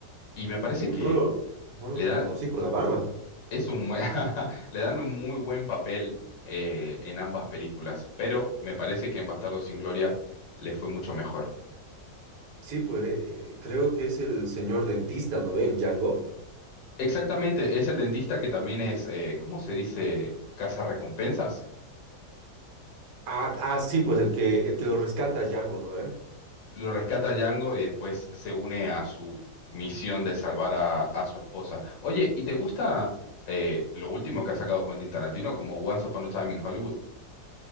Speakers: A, on the left; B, on the right.
A: y me parece
B: Uy,
A: que
B: no lo, no lo
A: le
B: reconocí
A: dan,
B: con la barba.
A: es un, buen- <laughs> le dan un muy buen papel eh, en ambas películas, pero me parece que en Bastardos sin Gloria le fue mucho mejor.
B: Sí, pues eh, creo que es el señor dentista, ¿no ve? En Django.
A: Exactamente, es el dentista que también es, eh, ¿cómo se dice? recompensas
B: Ah, ah, sí, pues el que, el que lo rescata a Django, ¿no ve?
A: Lo rescata Django y después se une a su misión de salvar a, a su esposa. Oye, ¿y te gusta eh, lo último que ha sacado Quentin Tarantino como Once Upon a Time in Hollywood?